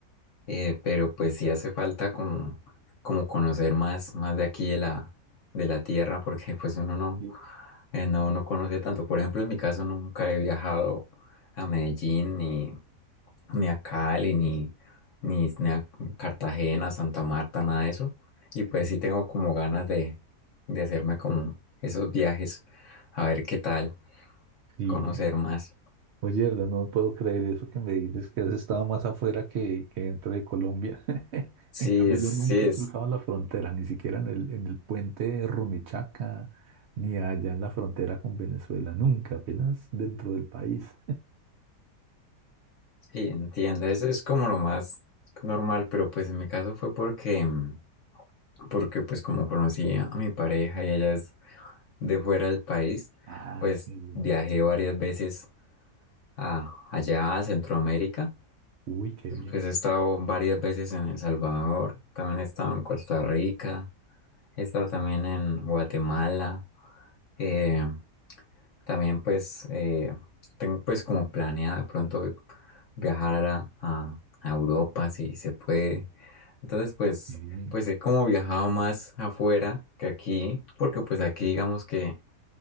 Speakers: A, on the left; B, on the right.
A: Eh, pero pues sí hace falta como, como conocer más, más de aquí de la, de la tierra porque <laughs> pues uno no,
B: Sí.
A: eh, no, no conoce tanto. Por ejemplo, en mi caso nunca he viajado a Medellín ni ni a Cali, ni, ni, ni a Cartagena, Santa Marta, nada de eso. Y pues
B: <laughs>
A: sí tengo como ganas de, de hacerme como esos viajes, a ver qué tal,
B: sí,
A: conocer más.
B: Oye, Erdo, no puedo creer eso que me dices, que has estado más afuera que, que dentro de Colombia. <laughs>
A: Sí,
B: En cambio,
A: es,
B: yo
A: sí,
B: nunca
A: es,
B: he cruzado la frontera, ni siquiera en el, en el puente de Rumichaca, ni allá en la frontera con Venezuela, nunca, apenas dentro del país.
A: sí, entiendo, eso es como lo más normal, pero pues en mi caso fue porque, mm, porque pues como conocí a mi pareja y ella es de fuera del país,
B: Ah,
A: pues
B: qué bien.
A: viajé varias veces a, allá a Centroamérica
B: Uy, qué bien.
A: Pues he estado varias veces en El Salvador, también he estado en Costa Rica, he estado también en Guatemala, eh, también pues eh, tengo pues como planeado de pronto vi- viajar a, la- a- a Europa si se puede. Entonces pues
B: Uy, qué bien.
A: pues he como viajado más afuera que aquí, porque pues aquí digamos que,